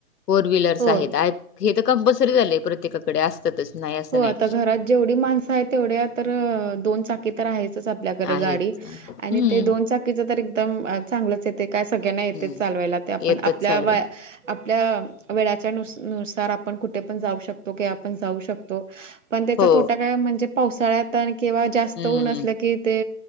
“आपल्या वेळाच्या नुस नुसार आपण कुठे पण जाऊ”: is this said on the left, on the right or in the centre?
Right